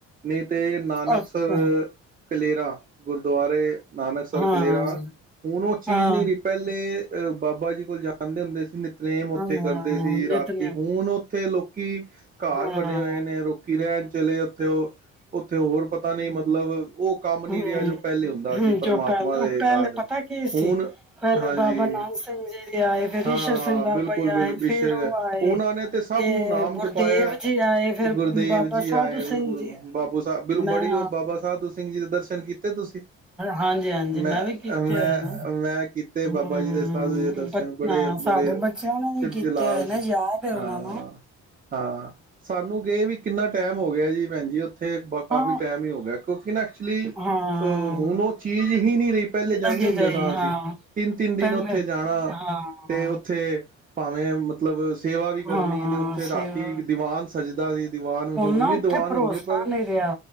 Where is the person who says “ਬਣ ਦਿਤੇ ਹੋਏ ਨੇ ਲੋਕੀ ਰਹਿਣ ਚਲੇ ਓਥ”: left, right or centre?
Right